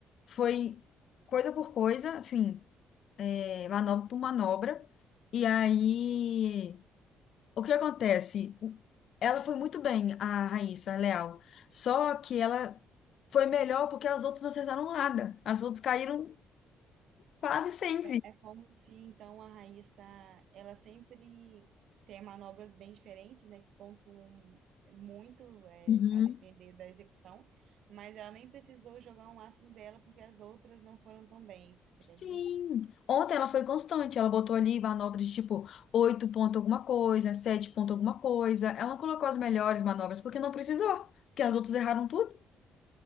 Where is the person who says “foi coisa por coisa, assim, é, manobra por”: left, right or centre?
Left